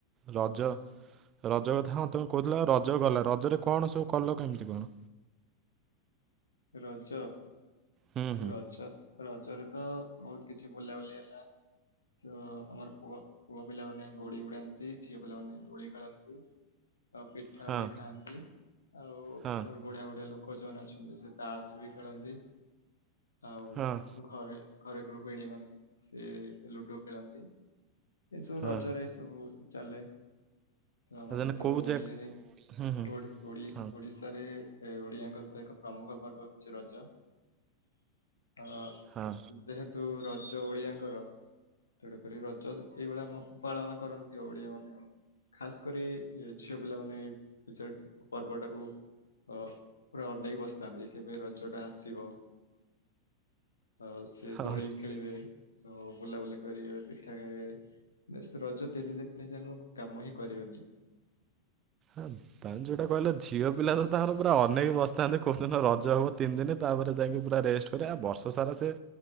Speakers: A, on the right (about 30°); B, on the left (about 75°).
A: ରଜ ରଜ କଥା ହଁ ତୁମେ କହୁଥିଲ, ରଜ ଗଲା, ରଜରେ କଣ ସବୁ କଲ କେମିତି କଣ?
B: ରଜ,
A: ହୁଁ ହୁଁ
B: ରଜ ରଜରେ ତ ବହୁତ କିଛି ବୁଲାବୁଲି ହେଲା। ତ ଆମର ପୁଅ, ପୁଅ ପିଲାମାନେ ଗୋଡି ଉଡାନ୍ତି, ଝିଅ ପିଲାମାନେ ଦୋଳି ଖେଳନ୍ତି। ଆ ପିଠା
A: ହଁ
B: ବି ଖାଆନ୍ତି, ଆଉ
A: ହଁ
B: ଆମର ବୁଢିଆ ବୁଢିଆ ଲୋକ ଯୋଉମାନେ ଅଛନ୍ତି ସେ ତାସ ବି ଖେଳନ୍ତି, ଆଉ
A: ହଁ
B: ଘରେ, ଘରେ ଗୃହିଣୀ ମାନେ, ସେ ଲୁଡୁ ଖେଳନ୍ତି। ଏ ସଵୁ
A: ହଁ
B: ରଜରେ ସବୁ ଚାଲେ। ଆମର
A: ଆଦାନ
B: ତ
A: କୋଉ
B: ଓଡ଼ିଆରେ,
A: ଯାକ ହୁଁ ହୁଁ
B: ଓଡ଼ି ଓଡି
A: ହଁ।
B: ଓଡ଼ିଶ <unintelligible> ରେ ଓଡିଆଙ୍କର ତ ଏକ ପ୍ରମୁଖ ପର୍ବ ହଉଛି ରଜ, ଅ
A: ହଁ
B: ଯେହେତୁ ରଜ ଓଡିଆଙ୍କର, ତେଣୁକରି ରଜ ଏଇଭଳିଆ ପାଳନ କରନ୍ତି ଆଉ ଓଡିଆ ମାନେ ଆ ଖାସ କରି ଝିଅ ପିଲା ମାନେ ଏଇ ପର୍ବ ଟାକୁ ଅ ପୁରା ଅନେଇ ବସିଥାନ୍ତି। କେବେ ରଜ ଟା ଆସିବ ଆଉ ସେ
A: ହଁ।
B: ଦୋଳି
A: ହଁ ତମେ
B: ଖେଳିବେ, ବୁଲାବୁଲି କରିବେ, ପିଠା ଖାଇବେ। ରଜ ତିନି ଦିନ ଯାଙ୍କ କାମ ହିଁ କରିବେନି।
A: ହଁ। ତା ଯୋଉଟା କହିଲ ଝିଅ ପିଲା ତ ତାଙ୍କର ପୁର ଅନେକ ବସିଥାନ୍ତି କଉ ଦିନ ରଜ ହବ ତିନି ଦିନ ତାପରେ ଯାଇକି ପୁରା ରେଷ୍ଟ କରିଆ। ବର୍ଷ ସାରା ସେ